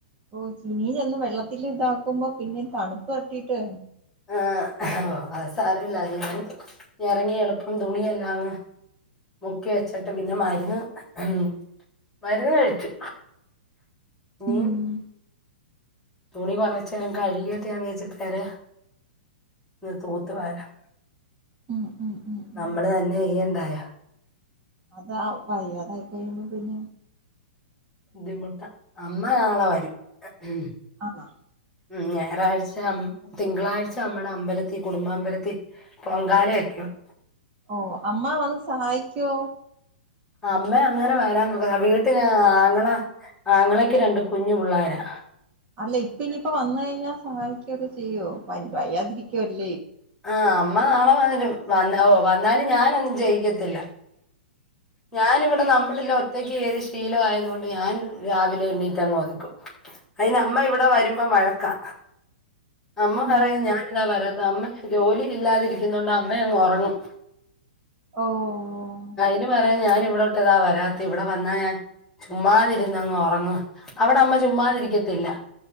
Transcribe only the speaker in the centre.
ആ അത് സാരമില്ല അതി ഞാൻ ഇറങ്ങി എളുപ്പം തുണിയെല്ലാം മുക്കി വെച്ചിട്ട് പിന്നെ മരുന്ന് മ് മരുന്ന് കഴിച്ചു ഇനി
തുണി കുറച്ച് കഴുകിട്ട് ഞാൻ വിചാരിച് പെരെ തൂത്ത് വരാം
നമ്മള് തന്നെ ചെയ്യണ്ടായോ
ബുദ്ധിമുട്ട അമ്മ നാളെ വരും എ ഏഹ്
ഉം ഞായറാഴ്ച അമ്മ തിങ്കളാഴ്ച അമ്മുടെ അമ്പലത്തി കുടുംബ അമ്പലത്തി പൊങ്കാല ഒക്കെ യുണ്ട്
അമ്മേ അങ്ങനെ വരാനോക വീട്ടില് ആങ്ങള ആങ്ങളക്ക് രണ്ട് കുഞ്ഞു പിള്ളേരാ
ആ അമ്മ നാളെ വരും വന്നാലും ഓ വന്നാലും ഞാനൊന്നും ചെയ്യക്കത്തില്ല ഞാൻ ഇവിടെ നമ്മളില്ലേ ഒറ്റയ്ക്ക് ചെയ്ത് ശീലയത് കൊണ്ട് ഞാൻ രാവിലെ എണ്ണീറ്റ് അങ്ങ് ഒതുക്കും അയ്ന് അമ്മ ഇവിടെ വരുമ്പോ വഴക്കാ അമ്മ പറയും
ഞാനിതാ വരാത്തെ അമ്മ ജോലി ഇല്ലാതിരിക്കുന്നതൊണ്ട് അമ്മ അങ്ങ് ഒറങ്ങും
അതിനു പറയും ഞാനിവിടോട്ട് ഇതാ വരാത്തെ ഇവിടെ വന്നാ ഞാൻ ചുമ്മാതിരന്നങ്ങ് ഒറങ്ങുവാ അവിടെ അമ്മ ചുമ്മാതിരിക്കത്തില്ല